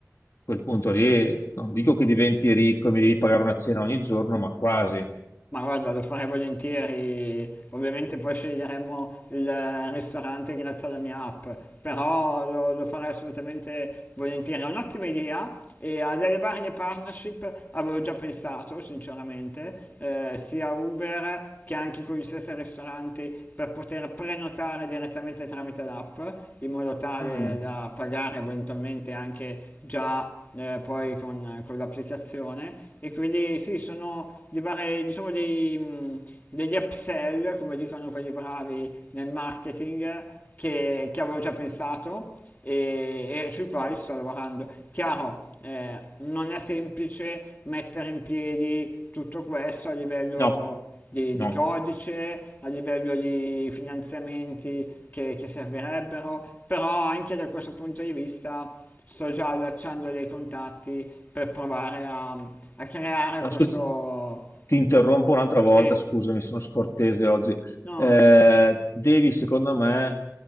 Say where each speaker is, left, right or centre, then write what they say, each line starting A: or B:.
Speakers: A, on the left; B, on the left.
A: quel punto lì non dico che diventi ricco e mi devi pagare una cena ogni giorno, ma quasi.
B: Ma guarda, lo farei volentieri, ovviamente poi sceglieremo il ristorante grazie alla mia app, però lo, lo farei assolutamente volentieri, è un'ottima idea e a delle varie partnership avevo già pensato, sinceramente, eh, sia Uber che anche con gli stessi ristoranti per poter prenotare direttamente tramite l'app, in modo tale
A: Mm,
B: da pagare eventualmente anche già eh, poi con, con l'applicazione. E quindi sì, sono di fare diciamo dei, mh, degli upsell, come dicono quelli bravi nel marketing, che, che avevo già pensato e, e sui quali sto lavorando. Chiaro, eh, non è semplice mettere in piedi tutto questo a livello
A: no,
B: di,
A: no,
B: di codice, a livello di finanziamenti che, che servirebbero, però anche da questo punto di vista sto già allacciando dei contatti per provare a, a creare
A: assolut-
B: questo...
A: Ti interrompo un'altra volta,
B: Sì.
A: scusami, sono scortese oggi.
B: No,
A: Eh, devi, secondo me,